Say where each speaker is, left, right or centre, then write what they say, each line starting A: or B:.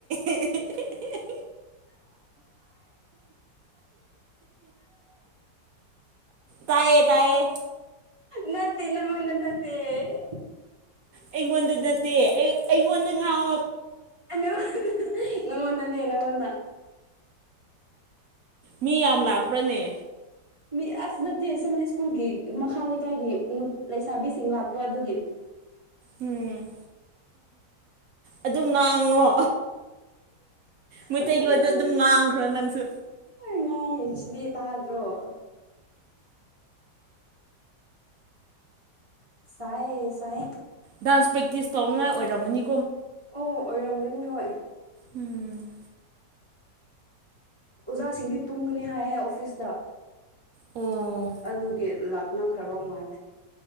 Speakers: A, on the right; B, on the right.
A: <unintelligible> ꯇꯥꯏꯌꯦ ꯇꯥꯏꯌꯦ
B: ꯅꯠꯇ ꯅꯉꫭꯟꯗ ꯅꯠꯇ <unintelligible>
A: ꯑꯩꯉꯣꯟꯗ ꯅꯠꯇꯦ ꯑꯩ ꯑꯩꯉꯣꯟꯗ ꯉꯥꯎ
B: <unintelligible> ꯅꯪꯉꯣꯟꯗꯅꯦ ꯅꯪꯉꯣꯟꯗ
A: ꯃꯤ ꯌꯥꯝ ꯂꯥꯛꯄ꯭ꯔꯅꯦ
B: ꯃꯤ ꯑꯁ ꯅꯠꯇꯦ ꯁꯟꯗꯦ ꯁ꯭ꯀꯨꯜꯒꯤ ꯃꯈꯥ ꯂꯩꯀꯥꯏꯒꯤ ꯂꯩꯁꯥꯕꯤꯁꯤꯡ ꯂꯥꯛꯄ ꯑꯗꯨꯒꯤ
A: ꯎꯝ ꯑꯗꯨꯝ ꯉꯥꯡꯉꯣ ꯃꯩꯇꯩꯂꯣꯟꯗ
B: ꯑꯗꯨ ꯉꯥꯡꯕꯅꯦ
A: ꯑꯗꯨꯝ ꯉꯥꯡꯈ꯭ꯔꯣ ꯅꯪꯁꯨ
B: ꯉꯥꯡꯉꯤꯁꯤꯗꯤ ꯇꯥꯗ꯭ꯔꯣ <inaudible> ꯁꯌꯦ ꯁꯥꯌꯦ
A: ꯗꯥꯟꯁ ꯄ꯭ꯔꯦꯛꯇꯤꯁ ꯇꯧꯅꯉꯥꯏ ꯑꯣꯏꯔꯝꯃꯅꯤ
B: ꯑꯣ ꯑꯣꯏꯔꯝꯒꯅꯤ ꯍꯣꯏ
A: ꯎꯝ
B: ꯑꯣꯖꯥꯁꯤꯡꯗꯤ ꯇꯨꯝꯒꯅꯤ ꯍꯥꯏꯌꯦ ꯑꯣꯐꯤꯁꯇ
A: ꯑꯣ
B: ꯑꯗꯨꯒꯤ ꯂꯥꯛ ꯅ ꯈꯔꯕ ꯃꯥꯂꯦ